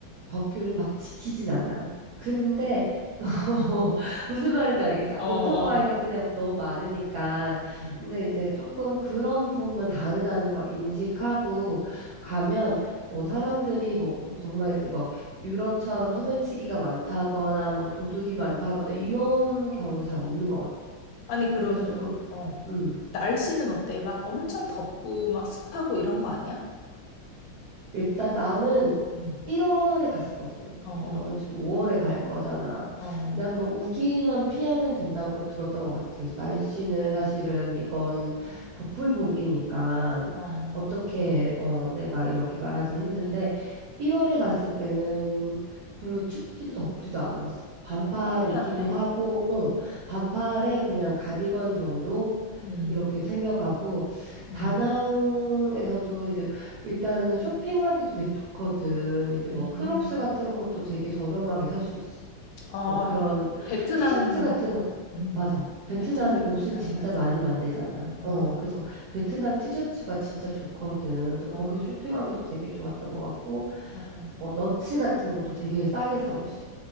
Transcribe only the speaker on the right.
법규를 막 지키진 않아. 근데 <laughs> 어, 무슨 말인지 알겠지?
오토바이가
그냥 너무 많으니까.
근데 이제 조금 그런 부분만 다르다는 거 인식하고 가면 뭐 사람들이 뭐 정말 이제 막 유럽처럼 소매치기가 많다거나 뭐 도둑이 많다거나 이런 경우는 잘 없는 것 같아.
그래서 조금,
음.
일단 나는
1월에 갔었거든.
근데 너는 지금 5월에 갈 거잖아.
근데 한번 우기만 피하면 된다고 들었던 것 같아. 그래서 날씨는 사실은 이건 복불복이니까
어떻게 어 내가 이렇게 말하긴 힘든데
1월에 갔을 때는 별로 춥지도 덥지도 않았어. 반팔
입기도
하고, 어, 반팔에 그냥 가디건 정도
이렇게 챙겨가고
다낭에서도 이제 일단은 쇼핑하기도 되게 좋거든. 이제 뭐
크록스 같은 것도 되게 저렴하게 살 수 있어.
뭐 그런
티셔츠 같은 거
맞아. 베트남이
옷을
진짜 많이 만들잖아.
어, 그래서 베트남 티셔츠가 진짜 좋거든. 그래서 거기서
쇼핑하기도 되게 좋았던 것 같고,
어, 너츠 같은 것도 되게 싸게 사올 수.